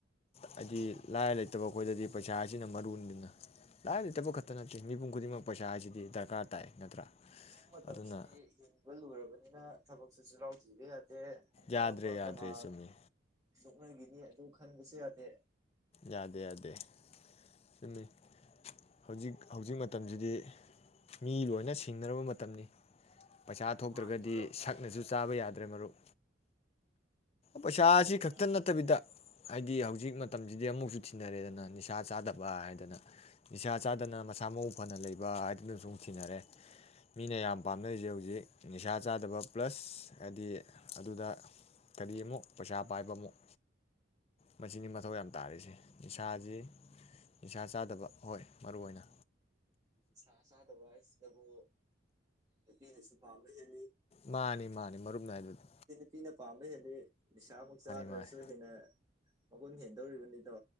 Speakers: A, on the left (about 30°); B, on the right (about 20°).
A: ꯍꯥꯏꯗꯤ ꯂꯥꯏꯔ ꯂꯩ ꯇꯕ ꯑꯩꯈꯣꯏꯗꯗꯤ ꯄꯩꯁꯥ ꯍꯥꯏꯁꯤꯅ ꯃꯔꯨꯅꯤꯗꯅ ꯂꯥꯏꯔ ꯂꯩꯇꯕ ꯈꯛꯇ ꯅꯠꯇꯦ ꯃꯤꯄꯨꯝ ꯈꯨꯗꯤꯡꯃꯛ ꯄꯩꯁꯥ ꯍꯥꯏꯁꯤꯗꯤ ꯗꯔꯀꯥꯔ ꯇꯥꯏ ꯅꯠꯇ꯭ꯔꯥ
B: ꯍꯧꯖꯤꯛ ꯃꯇꯝꯁꯤꯗꯤ
A: ꯑꯗꯨꯅ
B: ꯍꯤꯡꯕ ꯂꯨꯔꯕꯅꯤꯅ ꯊꯕꯛ ꯆꯤꯜꯍꯥꯎ ꯊꯤꯕ ꯌꯥꯗ꯭ꯔꯦ ꯑꯦ ꯑꯃ
A: ꯌꯥꯗ꯭ꯔꯦ
B: ꯑꯃ
A: ꯌꯥꯗ꯭ꯔꯦ
B: ꯀꯅꯥ
A: ꯆꯨꯝꯃꯤ
B: ꯅꯣꯛꯅꯈꯤꯅꯤ ꯑꯗꯨ ꯈꯟꯕꯁꯨ ꯌꯥꯗꯦ
A: ꯌꯥꯗꯦ ꯌꯥꯗꯦ ꯆꯨꯝꯃꯤ ꯍꯧꯖꯤꯛ ꯍꯧꯖꯤꯛ ꯃꯇꯝꯁꯤꯗꯤ ꯃꯤ ꯂꯣꯏꯅ ꯁꯤꯡꯅꯔꯕ ꯃꯇꯝꯅꯤ ꯄꯩꯁꯥ ꯊꯣꯛꯇ꯭ꯔꯒꯗꯤ
B: ꯃꯥꯅꯤ ꯃꯔꯨꯞ
A: ꯁꯛꯅꯁꯨ ꯆꯥꯕ ꯌꯥꯗ ꯇꯔꯦ ꯃꯔꯨꯞ ꯄꯩꯁꯥ
B: ꯑꯁꯤꯅꯦꯕ
A: ꯑꯁꯤ ꯈꯛꯇ ꯅꯠꯇꯕꯤꯗ ꯍꯥꯏꯗꯤ ꯍꯧꯖꯤꯛ ꯃꯇꯝꯁꯤꯗꯤ ꯑꯃꯨꯛꯁꯨ ꯊꯤꯅꯔꯦꯗꯅ ꯅꯤꯁꯥ ꯆꯥꯗꯕ ꯍꯥꯏꯗꯅ ꯅꯤꯁꯥ ꯆꯥꯗꯅ ꯃꯁꯥ ꯃꯎ ꯐꯅ ꯂꯩꯕ ꯍꯥꯏꯗꯨꯅꯁꯨ ꯑꯃꯨꯛ ꯊꯤꯅꯔꯦ ꯃꯤꯅ ꯌꯥꯝ ꯄꯥꯝꯅꯔꯤꯁꯦ ꯍꯧꯖꯤꯛ ꯅꯤꯁꯥ ꯆꯥꯗꯕ ꯄ꯭ꯂꯁ ꯍꯥꯏꯗꯤ ꯑꯗꯨꯗ ꯀꯔꯤ ꯑꯃꯨꯛ ꯄꯩꯁꯥ ꯄꯥꯏꯕ ꯑꯃꯨꯛ ꯃꯁꯤꯅꯤ ꯃꯊꯧ ꯌꯥꯝ ꯇꯥꯔꯤꯁꯦ ꯅꯤꯥꯁꯥꯖꯤ ꯅꯤꯁꯥ ꯆꯥ ꯐꯠꯇꯕ ꯍꯣꯏ ꯃꯔꯨ ꯑꯣꯏꯅ
B: ꯅꯤꯁꯥ ꯆꯥꯗꯕ ꯍꯥꯏꯁꯤꯗꯕꯨ ꯅꯨꯄꯤꯅꯁꯨ ꯄꯥꯝꯕ ꯍꯦꯜꯂꯤ
A: ꯃꯥꯅꯤ ꯃꯥꯅꯤ ꯃꯔꯨꯞ ꯅꯥꯏꯗꯨꯗꯤ
B: ꯁꯤꯅ ꯄꯥꯝꯕꯩ ꯍꯦꯜꯜꯂꯤꯦ ꯁꯃꯨꯛ ꯆꯥꯗꯋꯦꯁꯨꯨꯍꯤꯅꯦ
A: ꯃꯥꯅꯤ
B: ꯃꯈꯣꯏꯅ ꯍꯦꯟꯗꯧꯔꯤꯕꯅꯤꯗꯣ